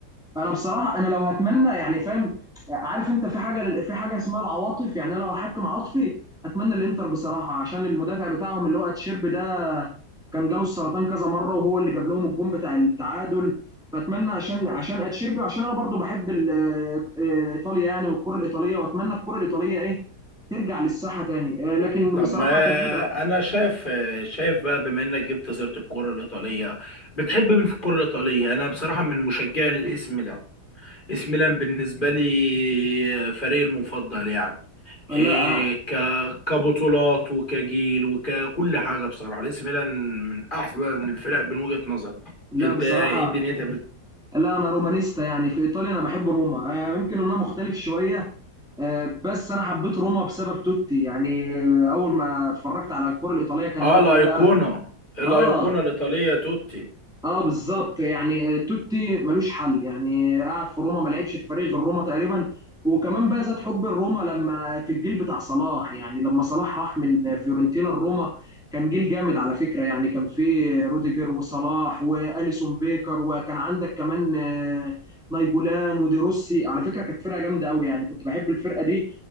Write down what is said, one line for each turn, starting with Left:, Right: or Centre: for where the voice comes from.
Centre: انا بصراحه انا لو هتمنى يعني فاهم عارف انت في حاجه في حاجه اسمها العواطف يعني انا لو هحكم عاطفي اتمنى الانتر بصراحه عشان المدافع بتاعهم اللي هو اتشيربي ده كان جاله السرطان كذا مره وهو اللي جاب لهم الجون بتاع التعادل فاتمنى عشان عشان اتشيربي عشان انا برضو بحب ال- آه، ايطاليا يعني والكره الايطاليه واتمنى الكره الايطاليه ايه ترجع للساحه تاني آه، لكن
Left: طب
Centre: بصراحه
Left: ما
Centre: كفكره
Left: انا شايف شايف بقى بما انك جبت سيره الكره الايطاليه بتحب مين في الكره الايطاليه انا بصراحه من مشجعي للاس ميلان اس ميلان بالنسبه لي فريقي المفضل يعني
Centre: لا
Left: إيه
Centre: أنا-
Left: ك كبطولات وكجيل وككل حاجه بصراحه الانتر ميلان من احسن الفرق من وجهه نظري
Centre: لا
Left: انت
Centre: بصراحه
Left: ايه الدنيا انت بت...
Centre: لا انا رومانيستا يعني في ايطاليا انا بحب روما آه، يمكن إن انا مختلف شويه آه، بس انا حبيت روما بسبب توتي يعني اول ما اتفرجت على الكرة الإيطالية كان
Left: اه
Centre: توتي
Left: الايقونه
Centre: بقى
Left: الايقونه
Centre: اه
Left: الايطاليه توتي
Centre: اه بالظبط يعني توتي ملوش حل يعني قعد في روما ما لعبش في فريق غير روما تقريبا وكمان بقى زاد حب الروما لما في الجيل بتاع صلاح يعني لما صلاح راح من فيورنتينا لروما كان جيل جامد على فكرة يعني كان في روديجر وصلاح وأليسون بيكر وكان عندك كمان آه، نايجولان وديروسي على فكرة كانت فرقة جامدة قوي يعني كنت بحب الفرقة دي